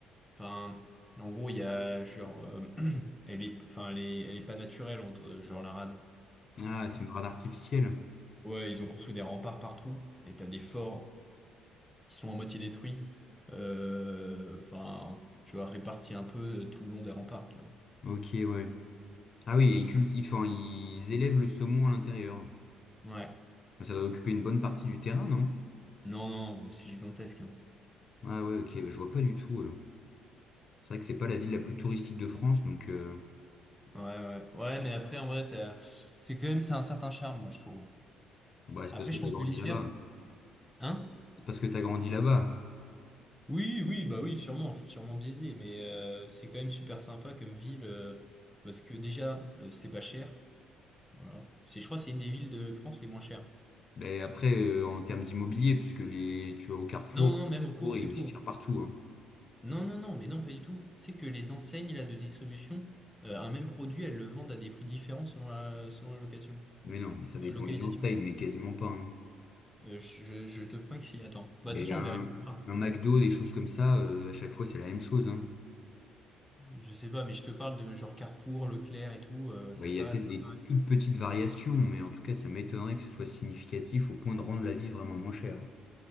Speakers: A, in the centre; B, on the left (about 45°).
A: Enfin, en gros, il y a genre, euh, <clears throat> elle est, enfin, elle est, elle est pas naturelle entre genre la rade.
B: Ah, c'est une rade artificielle.
A: Ouais, ils ont construit des remparts partout, et t'as des forts qui sont à moitié détruits, euh, enfin, tu vois, répartis un peu euh, tout le long des remparts, tu
B: Ok, ouais. Ah oui, et ils cultivent, enfin, ils élèvent le saumon à l'intérieur.
A: vois. Ouais.
B: Ça doit occuper une bonne partie du terrain, non?
A: Non, non, c'est gigantesque, hein.
B: Ah ouais, ok, bah, je vois pas du tout. euh. C'est vrai que c'est pas la ville la plus touristique de France, donc euh,
A: Ouais, ouais. Ouais, mais après, en vrai, t'as- c'est quand même, c'est un certain charme, moi, je trouve.
B: bah, c'est
A: Après,
B: parce que
A: je
B: t'as
A: pense
B: grandi
A: que l'hiver,
B: là-bas.
A: hein?
B: C'est parce que t'as grandi là-bas.
A: Oui, oui, bah oui, sûrement, je suis sûrement biaisé, mais euh, c'est quand même super sympa comme ville, euh, parce que déjà, euh, c'est pas cher, voilà. C'est, je crois, que c'est une des villes de France les moins chères.
B: Mais après, euh, en termes d'immobilier, puisque les, tu vas au Carrefour,
A: Non, non,
B: le
A: même en course
B: Carrefour, il
A: et
B: est aussi
A: tout. hein.
B: cher partout. hein.
A: Non, non, non, mais non, pas du tout. Tu sais que les enseignes là, de distribution, euh, un même produit, elles le vendent à des prix différents selon la, selon la location,
B: Mais non, mais ça dépend
A: la localisation.
B: des enseignes, mais quasiment pas. hein.
A: Euh, je, je te prends que si, attends. Bah,
B: Mais
A: de toute façon,
B: un,
A: on vérifiera.
B: un McDo, des choses comme ça, euh, à chaque fois, c'est la même chose. hein.
A: Je sais pas, mais je te parle de genre Carrefour, Leclerc et tout. euh,
B: Ouais,
A: c'est
B: il y
A: pas,
B: a peut-être
A: c'est
B: des
A: pas pareil.
B: toutes petites variations, mais en tout cas, ça m'étonnerait que ce soit significatif au point de rendre la vie vraiment moins chère.